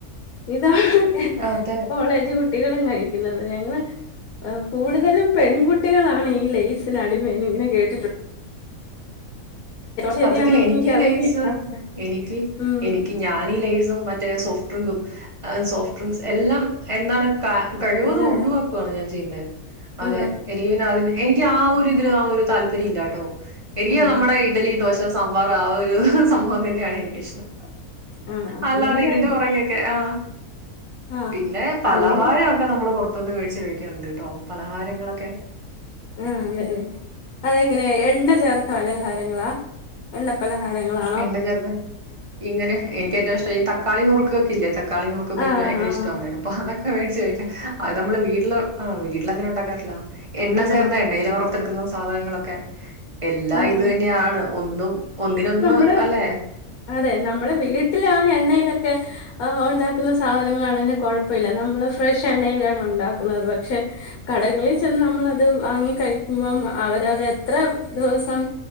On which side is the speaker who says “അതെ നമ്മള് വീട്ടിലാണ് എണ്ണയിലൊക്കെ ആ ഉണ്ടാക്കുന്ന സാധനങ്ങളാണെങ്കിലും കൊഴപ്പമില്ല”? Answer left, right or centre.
Left